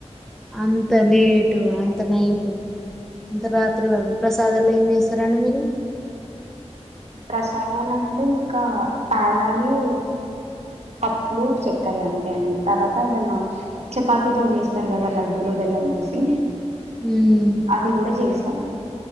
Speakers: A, in the centre; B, on the right.
A: అంతలి అంతనే <inaudible> రాత్రి వరకు ప్రసాధాలు ఏం జేస్ చిత్తరన్నం మీరు
B: ప్రసాదాలంటే ఇంకా ప్యాలల్ లు పప్పులు చక్కరి అంతే అండి తర్వాత ఏదన్నా చపాతీతో చేస్తారు కదా లడ్డూలు బెల్లం వేసి
A: ఉమ్.
B: అది గుడా జేస్తాం